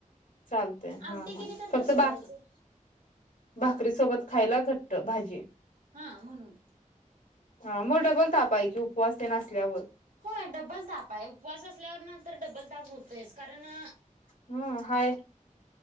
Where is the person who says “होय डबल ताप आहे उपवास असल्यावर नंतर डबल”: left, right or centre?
Right